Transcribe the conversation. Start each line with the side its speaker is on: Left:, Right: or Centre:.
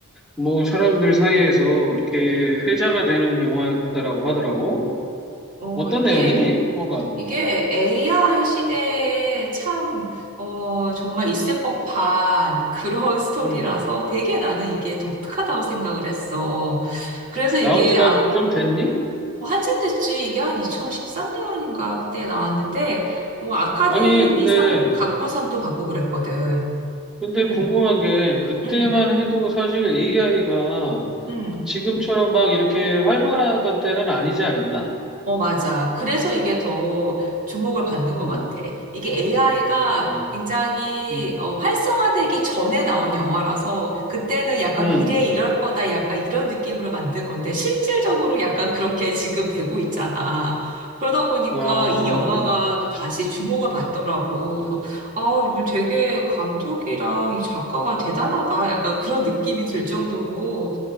Centre: 뭐 사람들 사이에서 이렇게 회자가 되는 영화였다라고 하더라고.
Right: 어,
Centre: 어떤
Right: 이게,
Centre: 내용이니? 허가.
Right: 이게 AI 시대에 참, 어, 정말 있을 법한 그런 <laughs> 스토리라서
Centre: 음.
Right: 되게 나는 이게 독특하다고 생각을 했어. 그래서
Centre: 나온
Right: 이게
Centre: 지가
Right: 아,
Centre: 좀 됐니?
Right: 어, 한참 됐지. 이게 한 2013년인가 그때 나왔는데, 뭐 아카데미상,
Centre: 아니, 근데
Right: 각본상도 받고 그랬거든.
Centre: 근데
Right: 응,
Centre: 궁금한 게 그때만
Right: 응,
Centre: 해도 사실 AI가
Right: 응.
Centre: 지금처럼 막 이렇게 활발하던 때는 아니지 않았나?
Right: 어, 맞아. 그래서 이게 더 주목을 받는
Centre: 응
Right: 것 같아. 이게 AI가
Centre: 와.
Right: 굉장히
Centre: 응
Right: 어, 활성화되기 전에 나온 영화라서 그때는 약간
Centre: 응
Right: 미래에 이럴 거다 약간 이런 느낌으로 만든 건데 실질적으로 약간 그렇게 지금 되고 있잖아. 그러다 보니까
Centre: 와.
Right: 이 영화가 또 다시 주목을 받더라고. 그래서 아, 이거 되게 감독이랑 이 작가가 대단하다. 약간 그런 느낌이 들 정도로